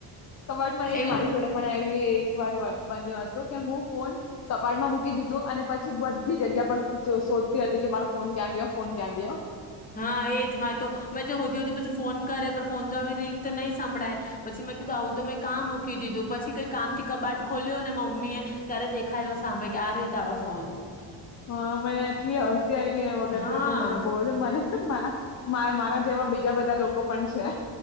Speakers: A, on the left; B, on the left.
A: કબાટમાં એ જ
B: એવું
A: મારી જોડે પણ એવી એક વાર બન બન્યો હતો કે હું ફોન તપાટમાં મૂકી દીધું અને પછી બધી જગ્યા પર ચ શોધ હતી કે મારો ફોન ક્યાં ગયો ફોન ક્યાં ગયો.
B: હા એજ મેં તો મેં જે હોદી હોદી ને પછી ફોન કરે પણ ફોન તો રિંગ તો નહી સાંભળાય પછી મેં કીધું આવું તો મેં કામ મૂકી દીધું પછી કઈ કામ થી કબાટ ખોલ્યો ને માર મમ્મી એ ત્યારે દેખાાયો સાંભે કે રયો. તારો ફોન
A: હા મને એટલી હસી આવી એ વખતે
B: હા.
A: તો મને બોજ મને. તો મા મારા જેવા બીજા બધા લોકો પણ છે